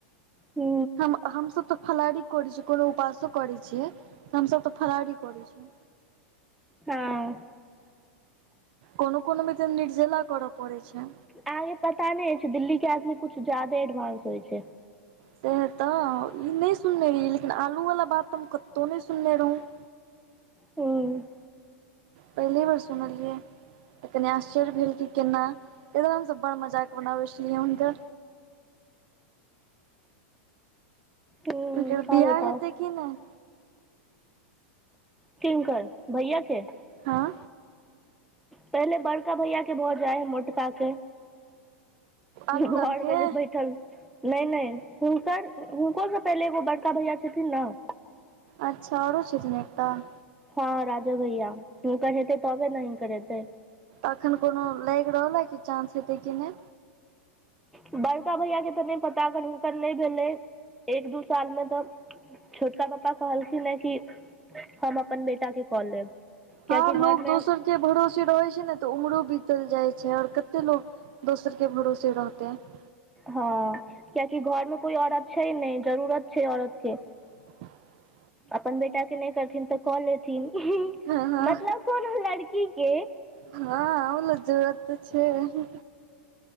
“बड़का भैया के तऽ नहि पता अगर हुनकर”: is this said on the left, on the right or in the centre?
Centre